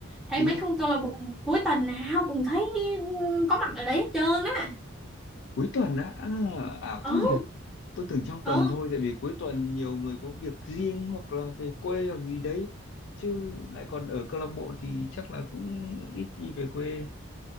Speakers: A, in the centre; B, on the left (about 60°).
A: thấy
B: đúng,
A: mấy
B: rồi.
A: con câu lạc bộ cuối tuần nào cũng thấy ừ, có mặt ở đấy hết trơn á
B: cuối tuần á, à, ảo
A: ừ
B: thế nhỉ. Tôi tưởng trong
A: ừ
B: tuần thôi, tại vì cuối tuần nhiều người có việc riêng hoặc là về quê hoặc gì đấy. Chứ lại còn ở câu lạc bộ thì chắc là cũng ít đi về quê.